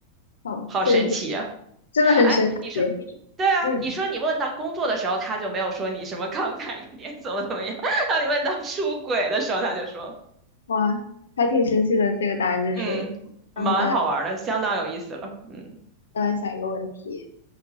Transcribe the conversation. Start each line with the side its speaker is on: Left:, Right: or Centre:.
Left: 好，
Right: 好神奇啊！
Left: 这个解真的很神奇，
Right: <laughs> 哎，你说，对啊，
Left: 嗯，
Right: 你说你问到工作的时候，他就没有说你什么慷慨一点，怎么怎么样。<laughs> 当你问到出轨的时候，他就说。
Left: 哇，还挺神奇的这个答案之书。
Right: 嗯，
Left: 然后再来
Right: 蛮好玩儿的，相当有意思了。嗯，
Left: 再来想一个问题，